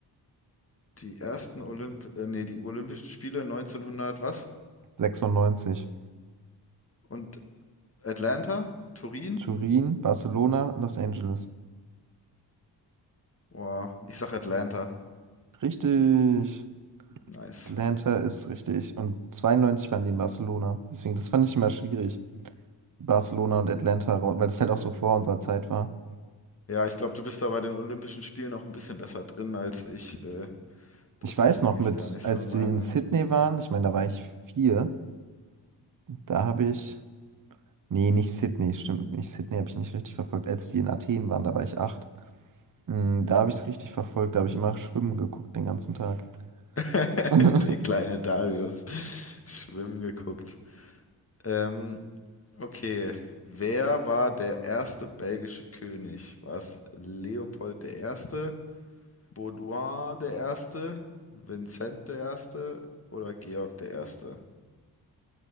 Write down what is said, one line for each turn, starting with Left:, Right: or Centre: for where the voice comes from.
Left: Die ersten Olymp, äh, nee, die Olympischen Spiele 1900 was?
Right: 96.
Left: Und Atlanta? Turin?
Right: Turin, Barcelona, Los Angeles.
Left: Boah, ich sag Atlanta.
Right: Richtig.
Left: Nice.
Right: Atlanta ist richtig. Und 92 waren die in Barcelona. Deswegen, das fand ich immer schwierig. Barcelona und Atlanta, rau- weil es halt auch so vor unserer Zeit war.
Left: Ja, ich glaube, du bist da bei den Olympischen Spielen noch ein bisschen besser drin als ich. Äh, das
Right: Ich weiß
Left: ist
Right: noch
Left: eigentlich
Right: mit,
Left: gar nicht
Right: als
Left: so mein.
Right: die in Sydney waren, ich meine, da war ich vier, da habe ich, nee, nicht Sydney, stimmt nicht. Sydney habe ich nicht richtig verfolgt. Als die in Athen waren, da war ich acht. Mm, Da habe ich es richtig verfolgt, da habe ich immer schwimmen geguckt den ganzen Tag.
Left: <laughs>
Right: <laughs>
Left: Der kleine Darius. Schwimmen geguckt. Ähm, Okay, wer war der erste belgische König? War es Leopold der Erste, Baudouin der Erste, Vincent der Erste oder Georg der Erste?